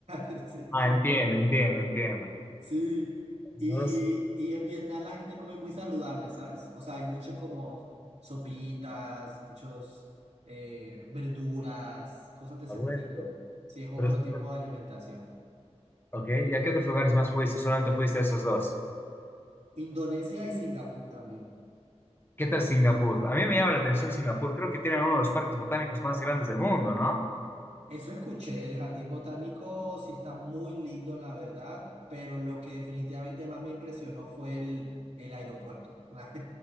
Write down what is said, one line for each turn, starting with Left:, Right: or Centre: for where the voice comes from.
Right: <laughs> Sí.
Left: Ah, entiendo, entiendo, entiendo.
Right: Sí, y,
Left: Dos,
Right: y en Vietnam la gente come muy saludable, ¿sabes? O sea, hay muchos como sopitas, muchos eh, verduras, cosas de ese
Left: ah, bueno.
Right: estilo. Sí, es otro
Left: Pero es-
Right: tipo de alimentación.
Left: Ok, ¿y a qué otros lugares más fuiste? Solamente fuiste a esos dos.
Right: Indonesia y Singapur también.
Left: ¿Qué tal Singapur? A mí me llama la atención Singapur. Creo que tienen uno de los parques botánicos más grandes del mundo, ¿no?
Right: Eso escuché, el jardín botánico sí está muy lindo, la verdad, pero lo que definitivamente más me impresionó fue el, el aeropuerto. <laughs>